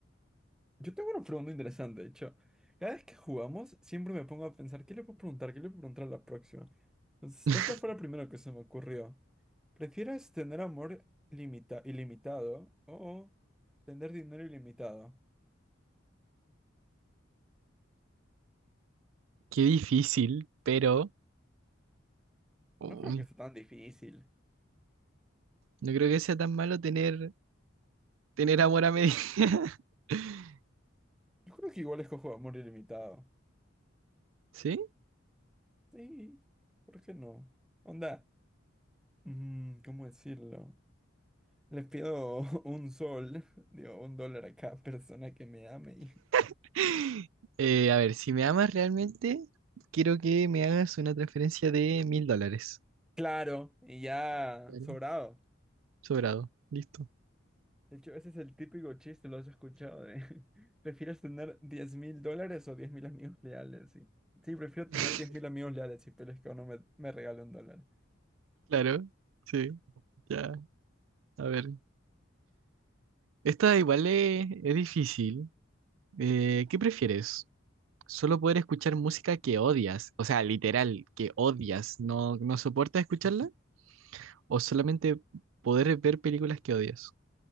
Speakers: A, in the centre; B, on the right.
A: yo tengo una pregunta interesante, de hecho. Cada vez que jugamos, siempre me pongo a pensar, ¿qué le puedo preguntar? ¿Qué le puedo preguntar a la próxima? Entonces,
B: <laughs>
A: esta fue la primera que se me ocurrió. ¿Prefieres tener amor limita- ilimitado o tener dinero ilimitado?
B: Qué difícil, pero uy,
A: No creo que sea tan difícil.
B: no creo que sea tan malo tener, tener amor a medida. <laughs>
A: Yo creo que igual escojo amor ilimitado.
B: ¿Sí?
A: Sí, ¿por qué no? Onda, mm, ¿cómo decirlo? Le pido <laughs> un sol, <laughs> digo, un dólar a cada persona que me ame y... <laughs>
B: <laughs> Eh, a ver, si me amas realmente, quiero que me hagas una transferencia de mil dólares.
A: Claro, y ya
B: Claro.
A: sobrado.
B: Sobrado, listo.
A: De hecho, ese es el típico chiste, lo has escuchado, de... <laughs> ¿Prefieres tener diez mil dólares o diez mil amigos leales? Sí. sí, prefiero
B: <laughs>
A: tener diez mil amigos leales y pero es que uno me, me regale un dólar.
B: Claro, sí, ya. A ver, esta igual es, es difícil. Eh, ¿qué prefieres? ¿Solo poder escuchar música que odias? O sea, literal, que odias, ¿no, no soportas escucharla? ¿O solamente poder ver películas que odias?